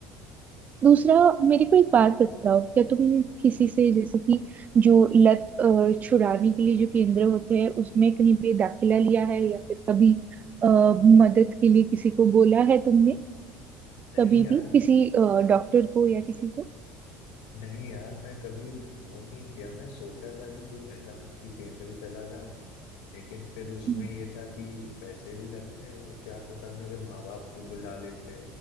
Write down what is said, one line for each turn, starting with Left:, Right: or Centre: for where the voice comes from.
Right: दूसरा मेरे को एक बात बताओ क्या तुम किसी से जैसे कि जो लत अ, छुड़ाने के लिए जो केंद्र होते हैं उसमें कहीं पे दाखिला लिया है या फिर कभी अ, मदद के लिए किसी को बोला है तुमने
Left: नहीं
Right: कभी
Left: यार
Right: भी किसी डॉक्टर को या किसी को
Left: नहीं यार मैं कभी वो नहीं किया मैं सोचा था कि कोई नशा मुक्ति केंद्र चला जाऊं लेकिन फिर उसमें
Right: हम्म,
Left: ये था कि पैसे भी लगते हैं, और क्या पता मेरे माँ बाप को बुला लेते